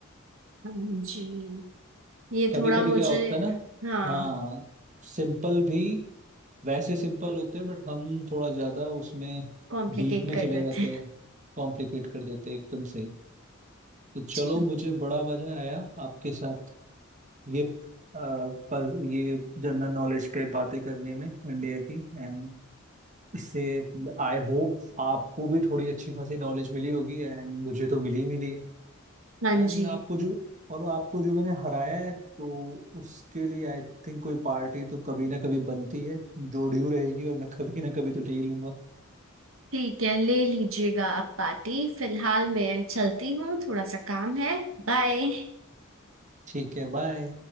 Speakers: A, on the right; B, on the right.
A: हाँ जी ये
B: कभी
A: थोड़ा
B: कभी
A: मुझे
B: क्या होता है ना
A: हाँ
B: हाँ सिंपल भी वैसे सिंपल होते हैं बट हम थोड़ा ज्यादा उसमें
A: कॉम्प्लिकेट
B: डीप में
A: कर
B: चले
A: देते
B: जाते हैं कॉम्प्लिकेट कर देते हैं एकदम से ही। तो
A: अच्छा,
B: चलो मुझे बड़ा मजा आया आपके साथ ये अ, पर ये जनरल नॉलेज पे बातें करने में इंडिया की एंड इससे आई होप आपको भी थोड़ी अच्छी खासी नॉलेज मिली होगी एंड मुझे तो मिली ही मिली है
A: हाँ
B: एंड
A: जी
B: आपको जो और आपको जो मैंने हराया है तो उसके लिए आई थिंक कोई पार्टी तो कभी ना कभी बनती है जो ड्यू रहेगी और मैं कभी ना कभी तो ले ही लूंगा
A: ठीक है ले लीजिएगा आप पार्टी फिलहाल मैं चलती हूँ थोड़ा सा काम है बाय
B: ठीक है बाय